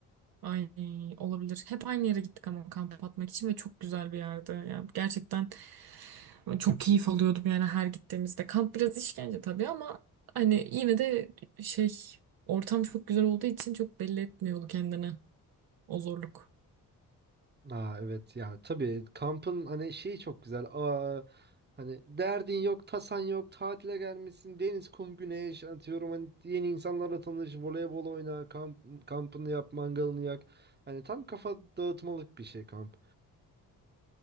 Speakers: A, on the right (about 60°); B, on the right (about 25°).
A: Ay olabilir. Hep aynı yere gittik ama kamp atmak için ve çok güzel bir yerde. Yani gerçekten çok keyif alıyordum yani her gittiğimizde. Kamp biraz işkence tabii ama hani yine de şey Ortam çok güzel olduğu için çok belli etmiyordu kendini. O zorluk
B: Aa evet ya tabii kampın hani şeyi çok güzel. Aa, hani derdin yok, tasan yok, tatile gelmişsin, deniz, kum, güneş atıyorum. Hani yeni insanlarla tanış, voleybol oyna, kamp, kampını yap, mangalını yak. Hani tam kafa dağıtmalık bir şey kamp.